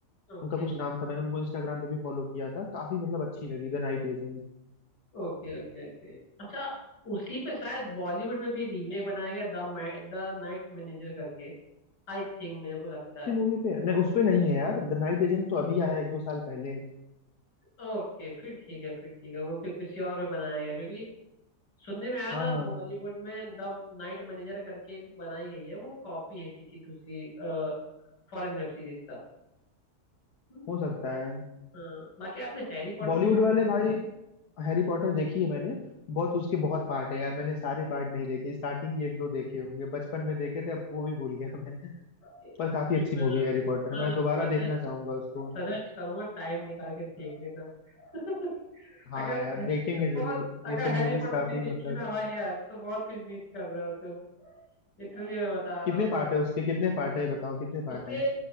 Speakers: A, on the left; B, on the left.
A: Okay
B: उनका कुछ नाम था मैंने उनको इंस्टाग्राम पे भी फॉलो किया था काफी मतलब अच्छी लगी द नाइट एजेंट
A: okay okay okay अच्छा उसी पे शायद बॉलीवुड में भी रीमेक बनाया गया द द नाइट मैनेजर करके आई थिंक मेरे को लगता
B: उसी
A: है
B: मूवी पे नहीं उस पे नहीं है यार द नाइट एजेंट तो अभी आया है, एक दो साल पहले
A: ओके फिर ठीक है फिर ठीक है वो फिर किसी और पे बनाया गया क्योंकि सुनने में आया
B: हाँ
A: था
B: हाँ
A: बॉलीवुड में द नाइट मैनेजर करके एक बनाई गई है वो कॉपी है किसी दूसरी फॉरेन वेब सीरीज का हम्म,
B: हो
A: ठीक
B: सकता
A: है
B: है
A: हाँ बाकी आपने हैरी पॉटर
B: बॉलीवुड
A: देखी
B: वाले भाई हैरी पॉटर देखी है मैंने बहुत उसके बहुत पार्ट है यार मैंने सारे पार्ट नहीं देखे स्टार्टिंग के एक दो देखे होंगे बचपन में देखे थे अब वो भी भूल गया मैं
A: नहीं,
B: पर काफी अच्छी
A: मैं
B: मूवी है हैरी पॉटर
A: मैं
B: मैं दोबारा
A: सजेस्ट
B: देखना चाहूंगा उसको
A: सजेस्ट करूंगा टाइम निकाल के देख लेना <laughs>
B: हाँ
A: अगर
B: यार देखेंगे जरूर
A: बहुत अगर
B: ये सब
A: हैरी
B: मूवीज
A: पॉटर
B: काफी
A: नहीं देखी
B: मतलब
A: ना भाई यार तो बहुत कुछ मिस कर रहे हो तुम लिटरली मैं बता रहा
B: कितने
A: हूँ
B: पार्ट है उसके कितने पार्ट है बताओ कितने
A: उसके
B: पार्ट है